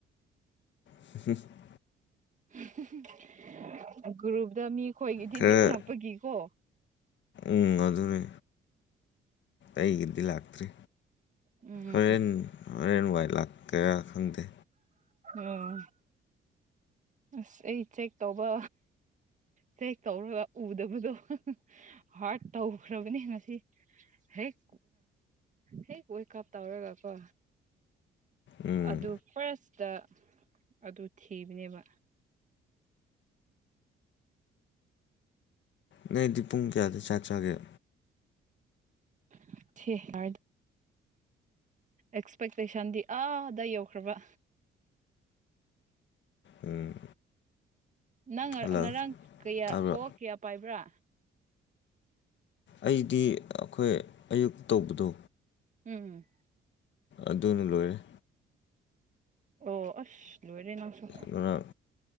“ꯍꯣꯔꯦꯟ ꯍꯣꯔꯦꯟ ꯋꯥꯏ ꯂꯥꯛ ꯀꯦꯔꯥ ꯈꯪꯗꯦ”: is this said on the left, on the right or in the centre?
Left